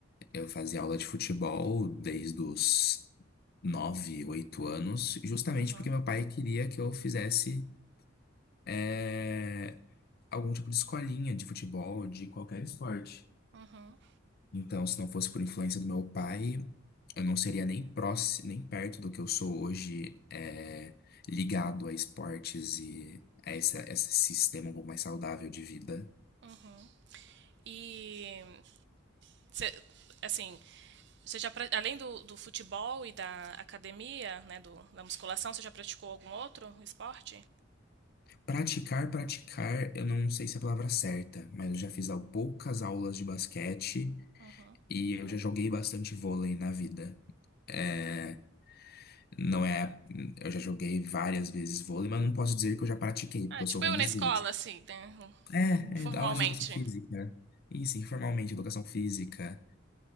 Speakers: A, on the left; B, on the right.
A: eu fazia aula de futebol desde os nove, oito anos, justamente
B: Uhum,
A: porque meu pai queria que eu fizesse é, algum tipo de escolinha de futebol, de qualquer esporte.
B: uhum,
A: Então, se não fosse por influência do meu pai, eu não seria nem próximo, nem perto do que eu sou hoje, é, ligado a esportes e a esse, a esse sistema um pouco mais saudável de vida.
B: uhum. E, cê, assim, você já, pra- além do, do futebol e da academia, né, do, da musculação, você já praticou algum outro esporte?
A: Praticar, praticar, eu não sei se é a palavra certa, mas eu já fiz al- poucas aulas de basquete
B: Uhum.
A: e eu já joguei bastante vôlei na vida. É, não é, eu já joguei várias vezes vôlei, mas não posso dizer que eu já pratiquei, porque
B: Ah,
A: eu
B: tipo
A: sou ruim
B: eu
A: nos
B: na escola,
A: dois.
B: assim, né,
A: É,
B: in- informalmente.
A: é aula de educação física. Isso, informalmente, educação física.